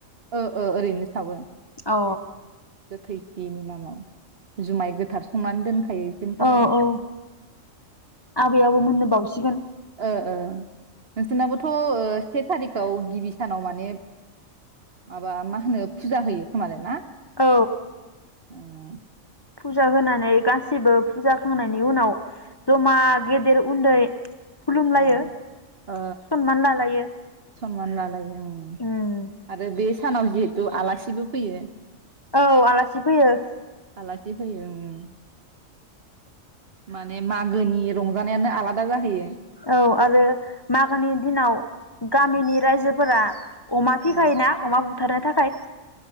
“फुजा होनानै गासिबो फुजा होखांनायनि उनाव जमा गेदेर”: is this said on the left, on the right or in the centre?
Left